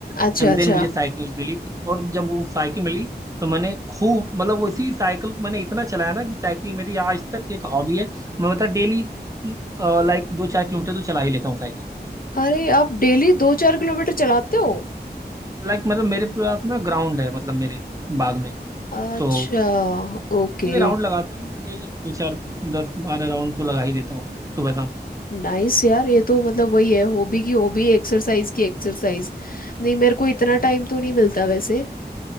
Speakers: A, on the left; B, on the right.
A: अच्छा
B: एंड
A: अच्छा
B: देन मुझे साइकिल मिली थी और जब वो साइकिल मिली तो मैंने खूब मतलब वो इसी साइकिल को मैंने इतना चलाया ना कि साइकिल मेरी आज तक एक हॉबी है मैं मतलब डेली लाइक दो चार किलोमीटर तो चला ही लेता हूँ साइकिल
A: अरे आप डेली दो चार किलोमीटर चलाते हो
B: लाइक मतलब मेरे पास ना ग्राउंड है मतलब मेरे बाग में
A: अच्छा
B: तो
A: ओके
B: इसी में राउंड लगाता हूँ डेली दो चार दस बारह राउंड तो लगा ही देता हूँ सुबह शाम
A: नाइस यार ये तो मतलब वही है हॉबी की हॉबी एक्सरसाइज की एक्सरसाइज नहीं मेरे को इतना टाइम तो नहीं मिलता वैसे